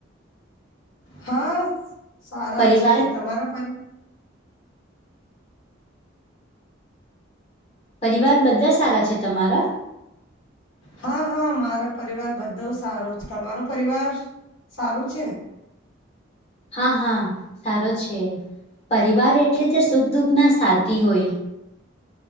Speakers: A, on the left; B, on the left.
A: હા સારા
B: પરિવાર
A: છે તમારા પણ
B: પરિવાર બધા સારા છે તમારા
A: હા હા મારો પરિવાર બધો સારો છે તમારો પરિવાર સારું છે.
B: હા હા સારો છે પરિવાર એટલે જે સુખ દુઃખના સાથી હોય